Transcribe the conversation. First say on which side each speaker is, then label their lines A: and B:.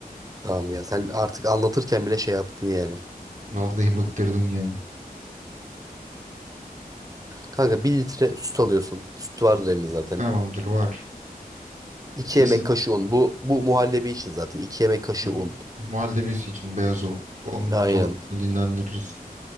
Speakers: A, on the right (about 25°); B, on the right (about 55°).
A: Tamam ya sen artık anlatırken bile şey yaptın yani.
B: Vallahi bıktırdın ya.
A: Kanka bir litre süt alıyorsun. Süt vardır evinde zaten.
B: Tamamdır var.
A: 2
B: Kesin
A: yemek kaşığı un. Bu bu muhallebi için zaten. iki yemek kaşığı
B: Hı
A: un.
B: hı. muhallebisi için beyaz o. Onu
A: Aynen.
B: bir dolapta dinlendiririz.